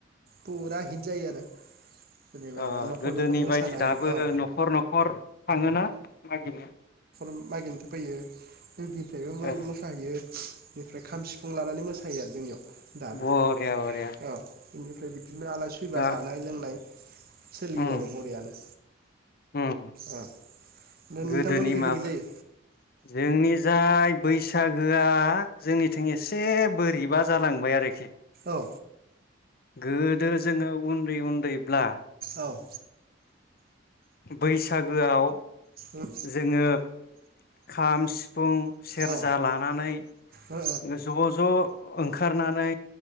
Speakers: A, on the right; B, on the left.
A: फुरा हित जायो आरो। जेनेबा
B: ओ
A: न'खर
B: गोदोनि
A: न'खर मोसानाय
B: बायदि दाबो
A: औ
B: न'खर न'खर थाङोना मागिनो?
A: मागिनोथ' फैयो <unintelligible> बयबो मै
B: ए
A: मोसाहैयो। बेफ्राय खाम सिफुं लानानै मोसायो आरो जोंनियाव। दाबो
B: बरिया बरिया
A: औ बेनिफ्राय बिदिनो आलासि फैबा
B: दा
A: जानाय लोंनाय। सोलियो
B: उम
A: आरो बरियानो।
B: उम
A: ओ नोंथांमोननिखै
B: गोदोनि माबा
A: बोरै जायो
B: जोंनि जाय बैसागोआ जोंनिथिं एसे बोरैबा जालांबाय आरोखि।
A: औ।
B: गोदो जोङो उन्दै उन्दैब्ला
A: औ।
B: बैसागोआव
A: उम
B: जोङो खाम सि फुं सेरजा
A: औ
B: लानानै
A: ओ
B: ज' ज' ओंखारनानै